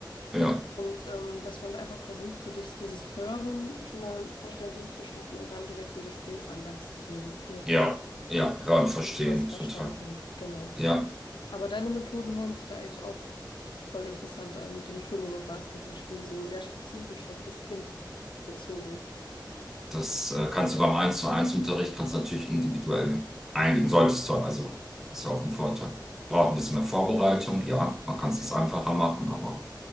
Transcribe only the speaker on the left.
Und ähm, dass man einfach versucht, so durch dieses Hören schon mal Verständnis zu schaffen und dann direkt einen Gesprächsanreiz zu bilden. Okay,
hast du was verstanden?
Genau.
Aber deine Methoden hören sich da eigentlich auch voll interessant an mit dem Schwimmen und Basketballspielen, so sehr spezifisch auf das Kind bezogen.